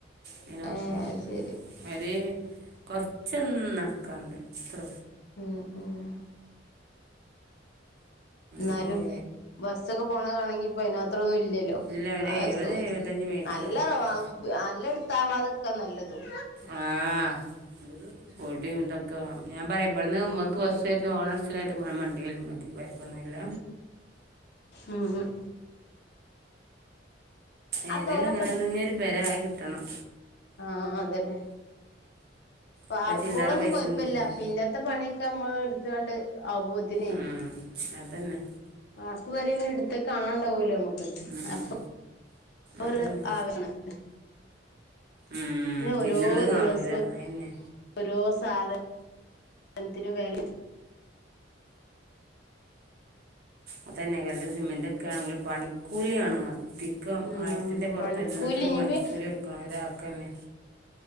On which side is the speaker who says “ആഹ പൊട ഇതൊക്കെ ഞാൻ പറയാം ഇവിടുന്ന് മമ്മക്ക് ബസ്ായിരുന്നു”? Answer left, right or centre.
Right